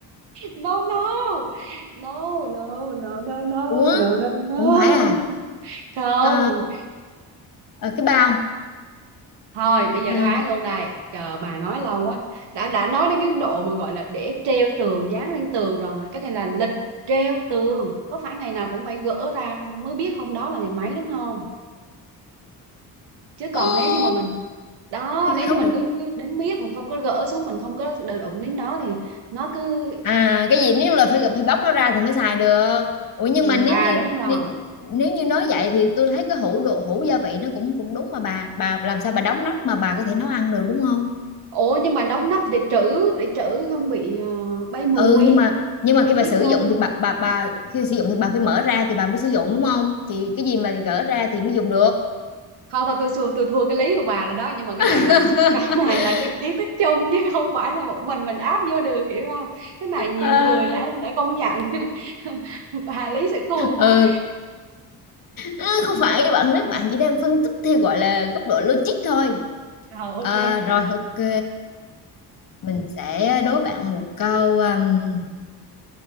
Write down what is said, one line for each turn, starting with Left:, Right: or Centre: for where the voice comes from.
Right: no no no no no no no
Left: ủa
Right: no no no
Left: ủa không phải à
Right: không
Left: Ờ, ờ, cái bao
Right: thôi bây giờ
Left: à,
Right: đáp án luôn đây chờ bà nói lâu quá đã đã nói đến cái độ mà gọi là để treo tường dán lên tường rồi mà cái này là lịch treo tường có phải ngày nào cũng phải gỡ ra mới biết hôm đó là ngày mấy đúng không chứ còn
Left: ừ,
Right: nếu như mà mình đó nếu
Left: không
Right: như mình
Left: được.
Right: cứ, cứ đến biết mình không có gỡ xuống mình không có đụng đến nó thì nó cứ
Left: à cái gì nếu là phải phải bóc nó ra thì mới xài được ủa nhưng
Right: Ừ,
Left: mà nếu
Right: à
Left: như
Right: đúng rồi
Left: nếu, nếu như nói vậy thì tôi thấy cái hũ đồ hũ gia vị nó cũng cũng đúng mà bà bà làm sao bà đóng nắp mà bà có thể nấu ăn được đúng không
Right: ủa nhưng mà đóng nắp thì để trữ để trữ không bị ờ, bay mùi
Left: ừ nhưng mà nhưng mà
Right: không bị
Left: khi bà
Right: kiến
Left: sử
Right: vô
Left: dụng thì bà bà bà khi bà sử dụng thì bà phải mở ra thì bà mới sử dụng đúng không thì cái gì mà gỡ ra thì mới dùng được
Right: thôi thôi tôi xua tôi thua cái lý của bà rồi đó nhưng mà cái này
Left: <laughs>
Right: là <laughs> cái này là cái kiến thức chung chứ không phải là một mình mình áp vô được hiểu không cái này nhiều
Left: à,
Right: người đã đã công nhận <laughs> bà lý sự khôn
Left: ờ,
Right: quá
Left: à, không phải bạn nói bạn chỉ đang phân tích theo gọi là góc độ logic thôi
Right: rồi
Left: à,
Right: ok
Left: rồi ok mình sẽ đố bạn một câu um,